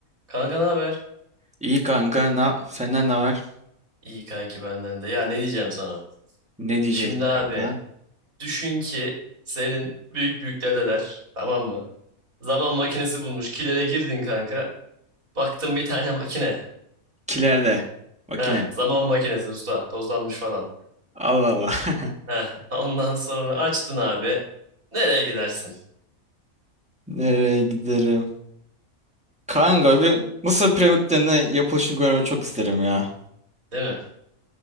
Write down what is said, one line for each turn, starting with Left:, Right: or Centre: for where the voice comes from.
Right: Kanka ne haber?
Centre: İyi kanka. Na senden ne haber?
Right: İyi kanki benden de. Ya ne diyeceğim sana?
Centre: Ne diyecektin
Right: Şimdi abi
Centre: kanka?
Right: düşün ki senin büyük büyük dedeler tamam mı? Zaman makinesi bulmuş. Kilere girdin kanka. Baktın bir tane makine.
Centre: Kilerde. Makine.
Right: Heh, zaman makinesi usta. Tozlanmış falan.
Centre: Allah Allah. <laughs>
Right: Heh, ondan sonra açtın abi. Nereye gidersin?
Centre: Nereye giderim? Kanka bir Mısır piramitlerinin yapılışını görmeyi çok isterim ya.
Right: Değil mi?